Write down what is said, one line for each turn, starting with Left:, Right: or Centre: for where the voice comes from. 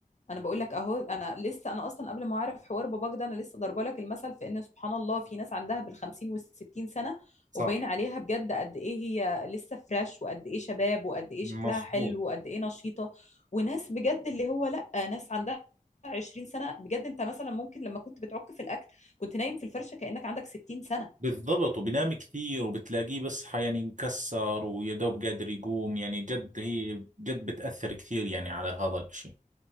Left: انا بقول لك اهو انا لسه انا اصلا قبل ما اعرف حوار باباك ده انا لسه ضربه لك المثل في ان سبحان الله في ناس عندها بالخمسين والستين سنه
Right: صح
Left: وباين عليها بجد قد ايه هي لسه فريش وقد ايه شباب وقد ايه
Right: مزبوط
Left: شكلها حلو وقد ايه نشيطه وناس بجد اللي هو لا ناس عندها 20 سنه بجد انت مثلا ممكن لما كنت بتعك في الاكل كنت نايم في الفرشه كانك عندك 60 سنه
Right: بالضبط وبنام كثير وبتلاقيه بس يعني مكسر ويا دوب قادر يقوم يعني جد هي جد بتأثر كثير يعني على هذا الاشي